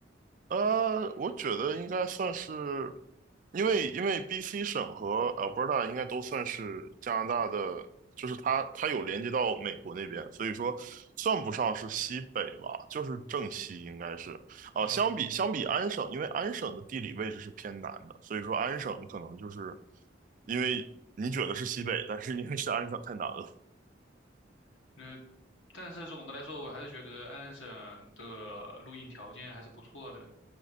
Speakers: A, on the right; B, on the left.
A: 呃，我觉得应该算是，因为因为 BC 省和 Alberta 应该都算是加拿大的，就是它它有连接到美国那边，所以说算不上是西北吧，就是正西应该是。啊、
B: 嗯，
A: 相比相比安省，因为安省的地理位置是偏南的，所以说安省可能就是因为你觉得是西北，但是因为是安省太南了，
B: 那但是总的来说，我还是觉得安省的录音条件还是不错的，